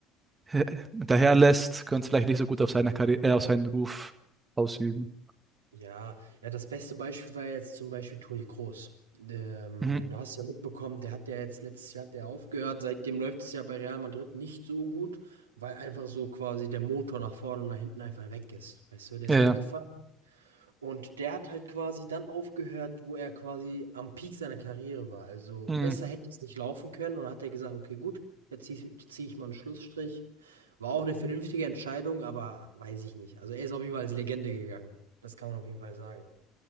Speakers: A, on the right (about 20°); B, on the right (about 75°).
A: äh, hinterherlässt, könnte es vielleicht nicht so gut auf seine Karriere, äh, auf seinen Ruf ausüben.
B: Ja, ja, das beste Beispiel war jetzt zum Beispiel Toni Kroos. Ähm,
A: Mhm.
B: du hast ja mitbekommen, der hat ja jetzt letztes Jahr hat der aufgehört. Seitdem läuft es ja bei Real Madrid nicht so gut, weil einfach so quasi der Motor nach vorne und nach hinten einfach weg ist. Weißt du, der
A: Ja,
B: ist weggefallen.
A: ja.
B: Und der hat halt quasi dann aufgehört, wo er quasi am Peak seiner Karriere war. Also
A: mhm.
B: besser hätte es nicht laufen können. Und dann hat er gesagt, okay, gut, jetzt ziehe ich, zieh ich mal einen Schlussstrich. War auch eine vernünftige Entscheidung, aber weiß ich nicht. Also er ist auf jeden Fall als Legende gegangen. Das kann man auf jeden Fall sagen.